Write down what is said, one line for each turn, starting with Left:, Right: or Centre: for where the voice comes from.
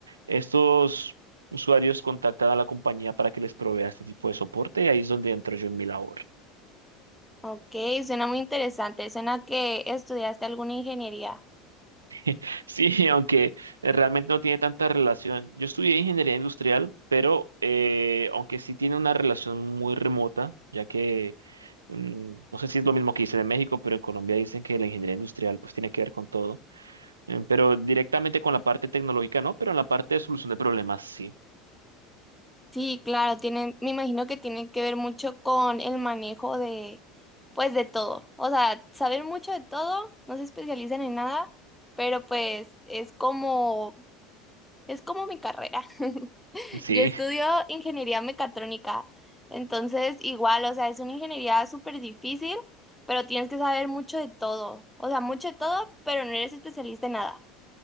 Right: estos usuarios contactan a la compañía para que les provea este tipo de soporte y ahí es donde entro yo en mi labor.
Centre: Ok, suena muy interesante. Suena que estudiaste alguna ingeniería.
Right: <laughs> Sí, aunque realmente no tiene tanta relación. Yo estudié ingeniería industrial, pero eh, aunque sí tiene una relación muy remota, ya que mm, no sé si es lo mismo que dicen en México, pero en Colombia dicen que la ingeniería industrial pues tiene que ver con todo, Em, pero directamente con la parte tecnológica no, pero en la parte de solución de problemas sí.
Centre: Sí, claro, tienen, me imagino que tiene que ver mucho con el manejo de pues de todo. O sea, saber mucho de todo, no se especializan en nada, pero pues es como, es como mi carrera. <laughs>
Right: Sí,
Centre: Yo estudio ingeniería mecatrónica, entonces igual, o sea, es una ingeniería súper difícil, pero tienes que saber mucho de todo. O sea, mucho de todo, pero no eres especialista en nada.